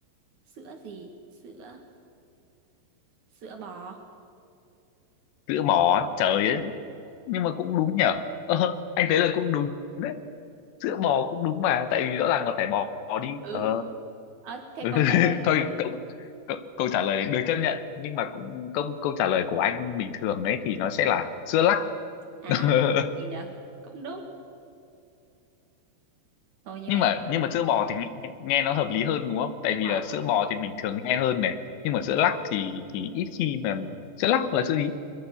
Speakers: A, on the right; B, on the left.
A: sữa gì sữa sữa bò
B: sữa bò á, trời ấy nhưng mà cũng đúng nhở ờ, anh thấy là cũng đúng đấy sữa bò cũng đúng mà tại vì rõ ràng là phải bò, bò đi
A: ừ
B: ờ
A: Ờ, thế
B: <laughs>
A: câu trả lời là
B: thôi
A: gì
B: câu, câu, câu trả lời này được chấp nhận nhưng mà cũng câu câu trả lời của anh bình thường đấy thì nó sẽ là sữa lắc
A: à
B: <laughs>
A: ừ dạ cũng đúng thôi như
B: nhưng
A: vậy
B: mà
A: thì
B: nhưng mà sữa bò thì nghe, nghe nó hợp lý hơn đúng không tại vì
A: hả
B: là sữa bò thì mình thường nghe hơn này nhưng mà sữa lắc thì thì ít khi mà sữa lắc là sữa gì